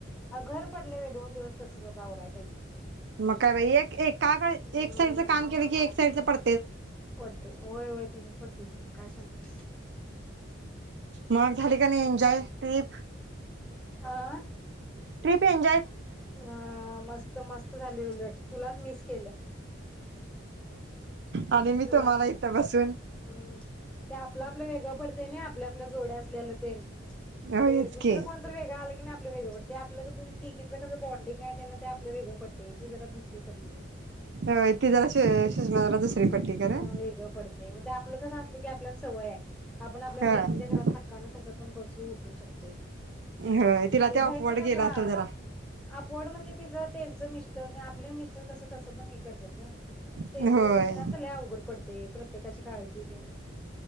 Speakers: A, in the centre; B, on the right (about 60°).
A: घर पडलय बाई दोन दिवस तसंच आता आवराय पाहिजे
B: मग काय बाई एक का
A: हम्म
B: एक साईडच काम केलं की एक साईडच पड
A: पडते होय होय. तसंच पडतेस काय सांगतेस
B: मग झाली का नाही एन्जॉय तईब
A: हां?
B: ट्रिपेन
A: आ मस्त मस स्त झाली उलट तुलाच मिस केलं.
B: आणि मी
A: तुला
B: तुम्हाला
A: अम
B: इथं बसून
A: ते आपलं आपलं वेगंळ पडतं ना आपल्या आपल्या जोड्या असल्याल तेन
B: होयच
A: ते दुसर
B: की
A: कोणतर वेगळं आल किनी आपलं वेगळं पडतय आपलं <unintelligible> तीगीनच कसं बॉ डिंग आहे त्याला ते आपल वेगळ पडतय, ती जरा दुसरी पडलीत.
B: होय ती जरा सुषमा
A: असं
B: जरा दुसरी पडली खरं
A: हा वेगळ पडतय म ते आपल कस असल की आपल्यान सवय आहे. आपण आपल्या
B: होय
A: मैत्रिणीच्या घरात हक्कानं कसं पण बसू उठू शकतोय,
B: होय
A: मग
B: तिला
A: ते
B: अफवर्ड
A: बाहेरचं कसं
B: गेला
A: हा,
B: असेल जरा
A: अकवर्ड म्हणजे तेज त्यांचं मिस तर ते आपले मिस्टर कसं कसं पण हे करतात ग त्यांच
B: होय
A: दुसऱ्यांच लयी अवघड पडतय प्रत्येकाची काळजी ते